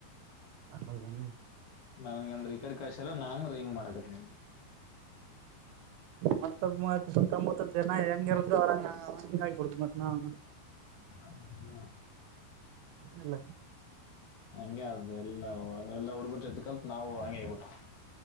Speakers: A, on the right; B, on the left.
A: ಹೌದೆನು
B: ನನ್ಗೆಂರೀ ಈ ಕಡೆ ಕಸಲ್ಲ ನಾನ್ ರಿಂಗ್ ಮಾಡಕತೀನ್.
A: ಮಸ್ತಾಗ್ ಮೂವತ್ತ್ ಸುತ್ತಮುತ್ತ ಜನ ಹೆಂಗ ಇರತ್ ಅವರಂಗ ಅವಂಗ ಅಂಗ್ ಆಗ್ಬಾರ್ದು ಮತ್ತ್.
B: ಹಾ ಹಿವಾ.
A: ಇಲ್ಲ
B: ಹಂಗೆ ಅದು ಎಲ್ಲಾ, ಎಲ್ಲಾ ಹುಡುಗ್ರು ಜೊತ್ ಕಲ್ತ್ ನಾವು ಹಂಗೆ ಹೇಳ್ಬಿಟ್ಟೊ.